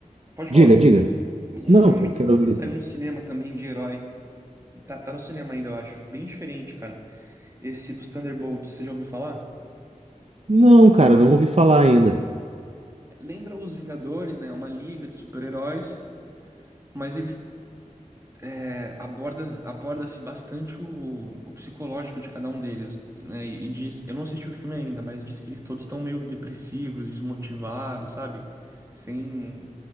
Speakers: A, on the right; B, on the right.
A: Pode
B: diga,
A: falar.
B: diga.
A: Um
B: Não,
A: filme
B: pô,
A: que,
B: quero ouvir.
A: que saiu no cinema também de herói. Tá, tá no cinema ainda, eu acho. Bem diferente, cara. Esse dos Thunderbolts, você já ouviu falar?
B: Não, cara, não ouvi falar ainda.
A: Lembra os Vingadores, né? É Uma liga de super-heróis, mas eles é, aborda aborda-se bastante o, o psicológico de cada um deles, né? E diz, eu não assisti o filme ainda, mas diz que eles todos estão meio depressivos, desmotivados, sabe? Sem